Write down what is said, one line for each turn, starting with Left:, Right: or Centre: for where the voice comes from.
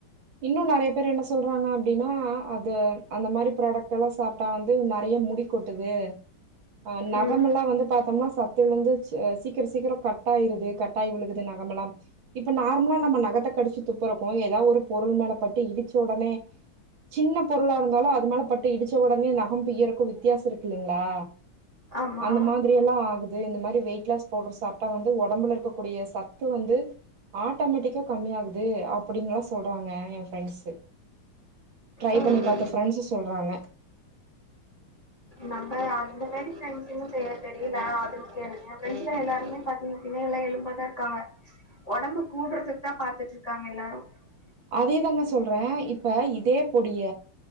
Right: இன்னும் நெறய பேர் என்ன சொல்றாங்க அப்டின்னா அது அந்த மாதிரி ப்ராடக்ட் எல்லாம் சாப்ட்டா வந்து நெறய முடி கொட்டுது ஆன் நகமெல்லாம்
Left: ம்
Right: வந்து பாத்தோம்னா சத்திலந்து வந்து சீக்கிரம் சீக்கிரம் கட்டாயிருது கட்டாயி விழுகுது நகமெல்லாம் இப்ப நார்மலா நம்ம நகத்த கடிச்சு துப்புறப்போ ஏதாவது ஒரு பொருள் மேலப் பட்டு ட்டு இடிச்ச உடனே சின்ன பொருளா இருந்தாலும் அது மேல பட்டு இடிச்ச உடனே நகம் பிய்யரபோது வித்தியாசம் இருக்கு இல்லலைங்களா
Left: ஆமா
Right: அந்த மாதிரி எல்லாம் ஆகுது இந்த மாதிரி வெயிட லஸ் பவுடர் சாப்ட்டா வந்து உடம்புல இருக்கக்கூடிய சத்து வந்து ஆட்டோமேட்டிக்கா கம்மிய ஆகுது அப்படின் சொ சொல்றாங்க என் பிரண்ட்ஸ் ட்ரை
Left: ம்
Right: பண்ணி பார்த்த பிரண்ட்ஸ் சொல்றாங்க
Left: நம்ம அ இந்த மாதிரி சஸ்ன்னு தெரியல அது என்ண்டல எல்லாருமே பாத்தீங்க பின்னா எல்லாம் எலும்பாாதான் இருக்காங்க உடம்பு கூடுறதுக்கு தான் பாத்துட்டு இருக்காங்க எல்லாரும் <unintelligible>
Right: அதேதாங்க சொல்றேன் இப்ப இப்ப இதே பொடிய